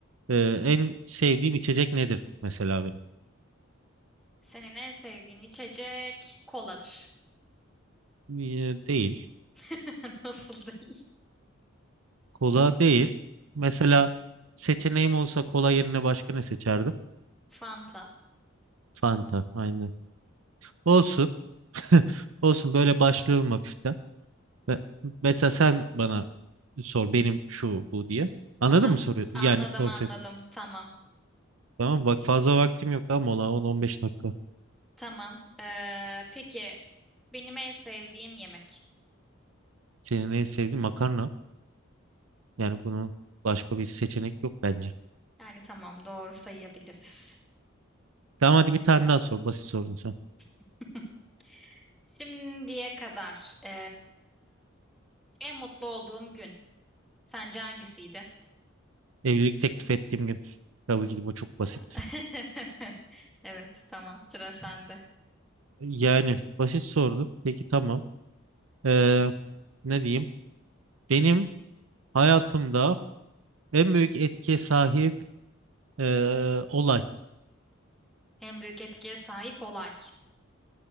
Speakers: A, on the right; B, in the centre.
A: Ee, en sevdiğim içecek nedir mesela benim?
B: Senin en sevdiğin içecek koladır.
A: Ee, değil.
B: <laughs> Nasıl değil?
A: Kola değil. Mesela seçeneğim olsa kola yerine başka ne seçerdim?
B: Fanta.
A: Fanta. Aynen. Olsun. <laughs> Olsun böyle başlayalım hafiften. Ve- Mesela sen bana sor benim şu bu diye. Anladın
B: Tamam
A: mı soruyu? Yani
B: anladım
A: konsept.
B: anladım tamam.
A: Tamam bak fazla vaktim yok ama mola 10-15 dakika.
B: Tamam. Ee, peki benim en sevdiğim yemek.
A: Senin en sevdiğin makarna. Yani bunun başka bir seçenek yok bence.
B: Yani tamam doğru sayabiliriz.
A: Tamam hadi bir tane daha sor. Basit sorun sen.
B: <laughs> Şimdiye kadar ee, en mutlu olduğum gün. Sence hangisiydi?
A: Evlilik teklif ettiğim gün. Tabii ki de bu çok
B: <laughs>
A: basit.
B: Evet tamam sıra sende.
A: Yani basit sordu Peki tamam. Ee, ne diyeyim? Benim hayatımda en büyük etkiye sahip ee, olay.
B: En büyük etkiye sahip olay.